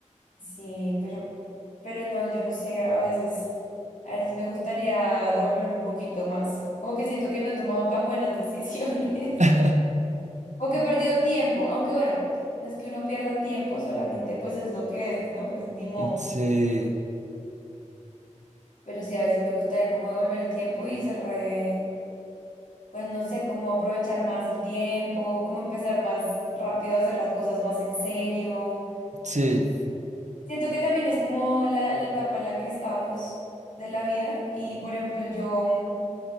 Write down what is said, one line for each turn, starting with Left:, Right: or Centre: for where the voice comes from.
Left: Sí, pero, pero no, yo no sé, a veces, a veces me gustaría devolverme un poquito más. Como que siento que no he tomado tan buenas <laughs> decisiones.
Right: <laughs>
Left: O que he perdido tiempo, aunque bueno, no es que uno pierda tiempo, solamente pues es lo que es, ¿no? Pues ni modo.
Right: Sí,
Left: Pero sí, a veces me gustaría como devolver el tiempo y se re, pues no sé, cómo aprovechar más el tiempo, cómo empezar más rápido a hacer las cosas más en serio.
Right: sí.
Left: Siento que también es como la, la etapa en la que estamos de la vida y, por ejemplo, yo, mm,